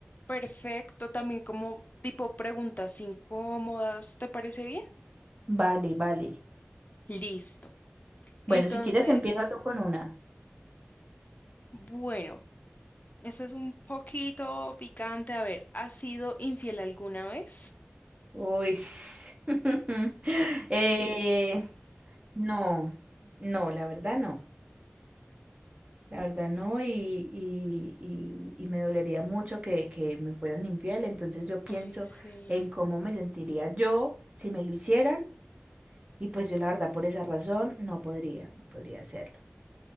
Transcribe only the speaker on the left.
Perfecto. También como tipo preguntas incómodas, ¿te parece bien?
Listo.
Entonces,
bueno, este es un poquito picante. A ver, ¿has sido infiel alguna vez?
Ay, sí.